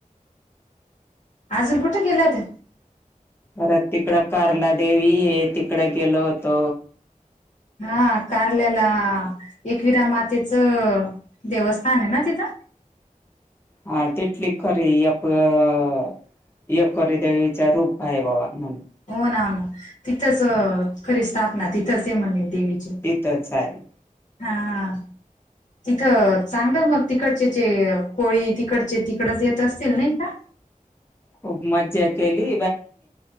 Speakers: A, on the left; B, on the left.
A: अजून कुठे गेल्या होत्या
B: अरे तिकड कार्ला देेवी तिकड गेलो होतो
A: हा कारल्याला एकविरा मातेचं देवस्थान आहे ना तिथं
B: हा तिथली खरी एकवीरा एकवीरा देवीच रूप आहे बाबा म्हण
A: हो ना हो ना तिथंच खरी स्थापना तिथंच आहे म्हणे देवीची
B: तिथंच आहे
A: हा हा तिथं चांगलं मग तिकडचे जे कोळी तिकडचे तिकडच येत असतील नाही का
B: खूप मज्जा केली